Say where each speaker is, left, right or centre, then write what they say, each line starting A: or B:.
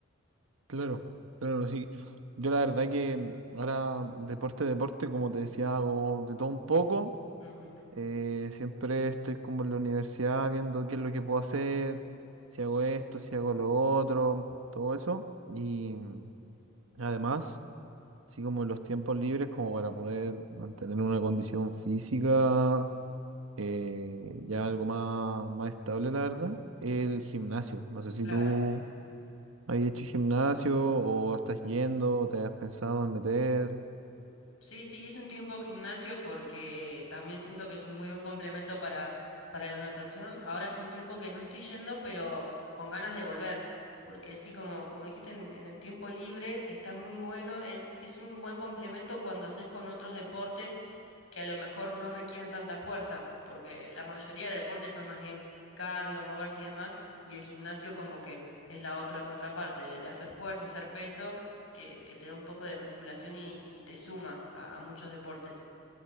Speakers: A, on the right; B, on the left.
A: Claro, claro, sí. Yo la verdad que mm, ahora deporte, deporte, como te decía, hago de todo un poco.
B: Ujú,
A: Eh, siempre estoy como en la universidad viendo qué es lo que puedo hacer, si hago esto, si hago lo otro, todo eso. Y mm, además, así como los tiempos libres, como para poder mantener una condición física eh, ya algo más, más estable, la verdad, el gimnasio. No sé si
B: Claro,
A: tú...
B: sí.
A: ¿Has hecho gimnasio o estás yendo o te has pensado en meter?
B: Sí, sí, hice un tiempo gimnasio porque también siento que es un muy buen complemento para, para la natación. Ahora hace un tiempo que no estoy yendo, pero con ganas de volver. Porque sí, como, como dijiste, en, en el tiempo libre está muy bueno. e- Es, un buen complemento cuando haces con otros deportes que a lo mejor no requieren tanta fuerza. Porque la mayoría de deportes son más bien cardio, moverse y demás. Y el gimnasio como que es la otra contraparte, de, de hacer fuerza, hacer peso que, que te da un poco de musculación y, y te suma a, a muchos deportes.